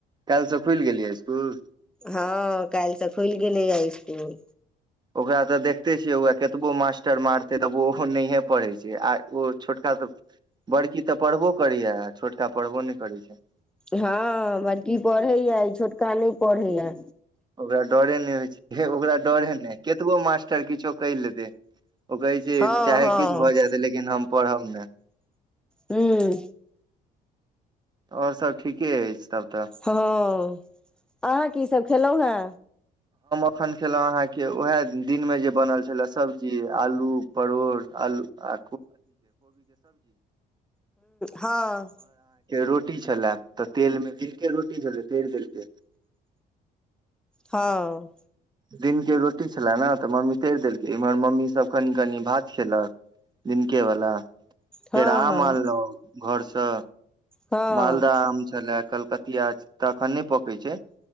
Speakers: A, on the right; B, in the centre.
A: काल्हि से खुलि गेलियै इसकुल
B: हँ काल्हि तऽ खुलि गेलैए इसकुल
A: ओकरा तऽ देखते छियै कतबो मास्टर मारते तऽ ओहो नहिे पढ़ै छै आ ओ छोटका तऽ बड़की तऽ पढ़बो करैए आ छोटका पढ़बो नहि करैत छै
B: हँ बड़की पढ़ैया छोटका नहि पढ़ैया
A: ओकरा डरे नहि होइ छै ओकरा डरे नहि कतबो मास्टर किछो कहि लेतै ओ कहै छै
B: हँ
A: चाहे
B: हँ
A: किछु भऽ जायत लेकिन हम पढ़ब ने
B: हँ
A: आओर सब ठीके अछि तब तऽ
B: हँ अहाँ कीसभ खेलहुँ हेँ
A: अखन खेलहुँ अहाँके उएह दिनमे जे बनल छलए सब्जी आलू परोड़ आलू आ
B: ह
A: रोटी छल तऽ तेलमे द रोटी छल तेल देलके
B: हँ
A: दिन के रोटी छले ने तऽ मम्मी तैर देलकै इम्हर मम्मी सब कनि कनि भात खेलक नन। कवला
B: हँ हँ
A: फेर आम आनलहु घरसँ
B: हँ
A: मालदह
B: हँ
A: आम छलय कलकतिया तखन नहि पकै छै